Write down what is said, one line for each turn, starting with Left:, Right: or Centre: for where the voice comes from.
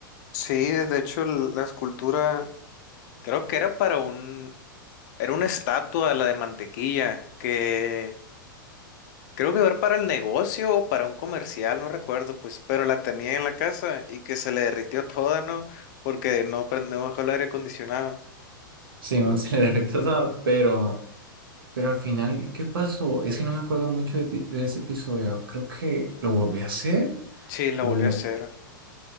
Left: Sí, de hecho, el- la escultura creo que era para un, Era una estatua, la de mantequilla, que creo que era para el negocio o para un comercial, no recuerdo, pues, pero la tenía en la casa y que se le derritió <laughs> toda, ¿no? Porque no prendió el aire acondicionado.
Right: Sí, no, <laughs> se le derretió todo, pero, pero al final, ¿qué pasó? Es que no me acuerdo mucho de, epi- de ese episodio. Creo que lo volví a hacer
Left: Sí, la
Right: o...
Left: volvió a hacer.